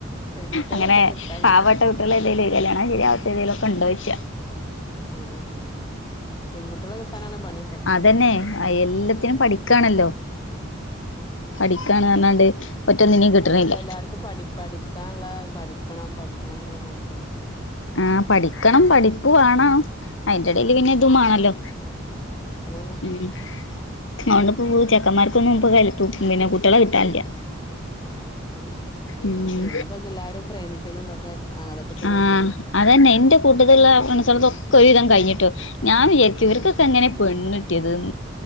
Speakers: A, on the left; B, on the left.
A: പെൺകുട്ടികളെ
B: അങ്ങനെ
A: ഇപ്പൊ കിട്ടാനില്ല
B: പാവപെട്ട. കുട്ടാൾ ഏതേലും കല്യാണം ശരിയാവാത്ത ഏതേലും ഒക്കെ ഉണ്ടോ ചോയ്ച
A: ആഹ് പെൺകുട്ടികളെ കിട്ടാനാണ് പണിപ്പ.
B: അതന്നെ എല്ലത്തിനും പഠിക്കാണല്ലോ?
A: ഉം
B: പഠിക്കാണ് പറഞ്ഞാണ്ട് ഒറ്റൊന്നിനും കിട്ടണില്ല
A: അതാ ഇപ്പൊ എല്ലാർക്കും പഠി പ്പടി ക്കാന്ള്ളെ പഠിക്കണം പഠിക്കണം ന്നുള്ള മാത്രള്ളൂ
B: ആഹ് പഠിക്കണം പഠിപ്പ് വാണ. അയിന്റെ എടേല് പിന്നെ ഇതുംമാണല്ലോ
A: അതന്നെ
B: ഉം അതൊണ്ട് പോ ചെക്കമാർക്കൊന്നും പൊ <unintelligible> പിന്നെ കുട്ടിയാളെ കിട്ടാനില്ല.
A: അതെ
B: ഉം
A: പിന്നെപ്പ എല്ലാരും പ്രേമിക്കലും ഇതൊക്കെ അതൊക്കെ തന്നല്ലേ
B: ആഹ്
A: ഒള്ളു.
B: അതന്നെ ഇന്റെ കൂട്ടത്ത്ള്ള ഫ്രണ്ട്സാൾതൊക്കെ ഒരു വിധം കഴിഞ്ഞിട്ടോ ഞാൻ വിചാ രിക്കും
A: ഉം
B: ഇവർക്കൊക്കെ എങ്ങനെ പെണ്ണിട്ടിയത്